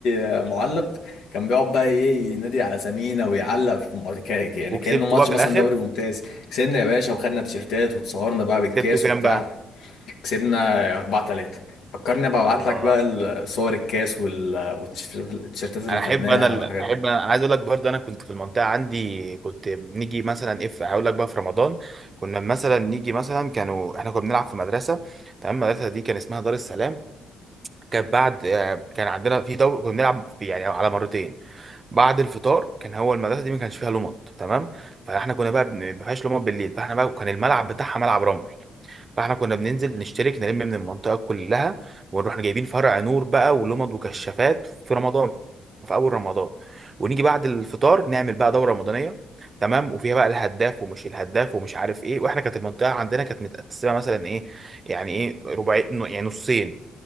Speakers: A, on the left; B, on the right.
A: آه، معلق كان بيقعد بقى ايه ينادي على سمينا ويعلق في الماتش يعني
B: وكسبتوا
A: كأنه ماتش
B: بقى في
A: مثلا
B: الاخر
A: دوري ممتاز كسبنا يا باشا وخدنا تيشيرتات وتصورنا بقى بالكاس
B: سبته كام
A: وبتاع
B: بقى
A: كسبنا 4 3 فكرني ابقى ابعت
B: الله
A: لك بقى ال- صور الكاس وال- والتيشيرتات التيشيرتات اللي
B: انا
A: خدناها
B: احب انا ال-
A: والحاجات
B: احب
A: دي
B: انا أنا عايز اقول لك برضه انا كنت في المنطقه عندي كنت نيجي مثلا اف هقول لك بقى في رمضان كنا مثلا نيجي مثلا كانوا احنا كنا بنلعب في مدرسه تمام المدرسه دي كان اسمها دار السلام كانت بعد آه، كان عندنا في دور كنا بنلعب في يعني على مرتين بعد الفطار كان هو المدرسه دي ما كانش فيها لمط تمام فاحنا كنا بقى بن- ما فيهاش لمط بالليل فاحنا بقى كان الملعب بتاعها ملعب رمل فاحنا كنا بننزل نشترك نلم من المنطقه كلها ونروح جايبين فرع نور بقى ولمض وكشافات في رمضان في اول رمضان ونيجي بعد الفطار نعمل بقى دوره رمضانيه تمام وفيها بقى الهداف ومش الهداف ومش عارف ايه واحنا كانت المنطقه عندنا كانت متقسمه مثلا ايه يعني ايه ربعين يعني نصين